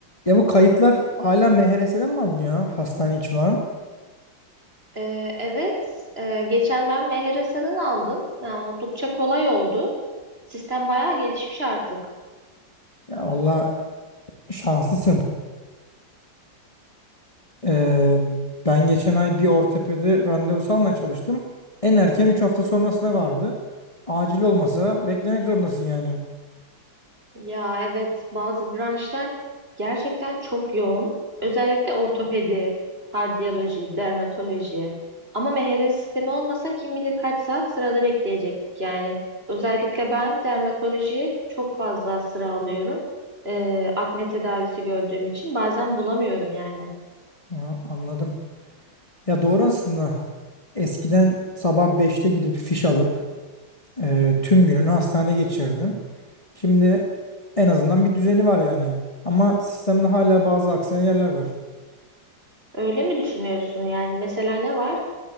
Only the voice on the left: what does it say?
Ya bu kayıtlar hala MHRS'den mi alınıyor ya, hastane için olan?
Ya valla şanslısın. Ee, ben geçen ay bir ortopedi randevusu almaya çalıştım. En erken 3 hafta sonrasına vardı. Acil olmasa beklemek zorundasın yani.
Ha, anladım. Ya doğru aslında. Eskiden sabah beşte gidip fiş alıp e, tüm gününü hastanede geçirirdin. Şimdi en azından bir düzeni var yani. Ama sistemde hala bazı aksayan yerler var.